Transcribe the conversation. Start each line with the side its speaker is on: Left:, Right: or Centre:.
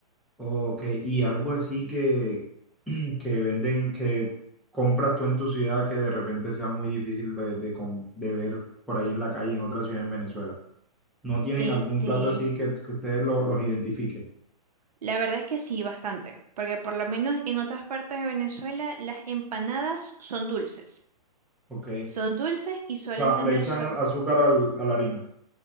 Centre: Ok, Y algo así que, <clears throat> que venden, que compras tú en tu ciudad que de repente sea muy difícil de, de, con- de ver por ahí en la calle, en otra ciudad en Venezuela. ¿No tienen
Right: Este,
Centre: algún plato así que, que ustedes lo- los identifiquen?
Right: la verdad es que sí, bastante, porque por lo menos en otras partes de Venezuela las empanadas son dulces.
Centre: Ok.
Right: Son dulces y suelen
Centre: O sea,
Right: tener
Centre: le echan azúcar al- a la harina.